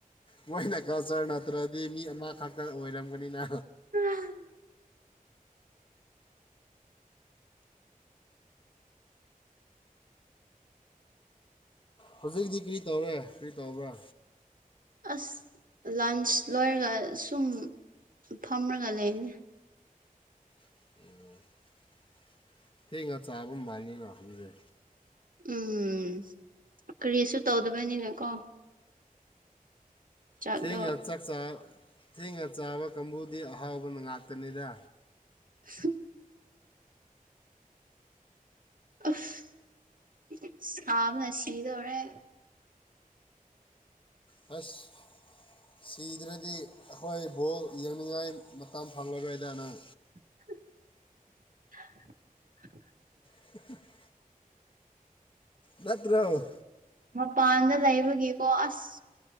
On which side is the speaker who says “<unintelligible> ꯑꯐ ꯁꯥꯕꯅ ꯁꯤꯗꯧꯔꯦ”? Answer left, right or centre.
Right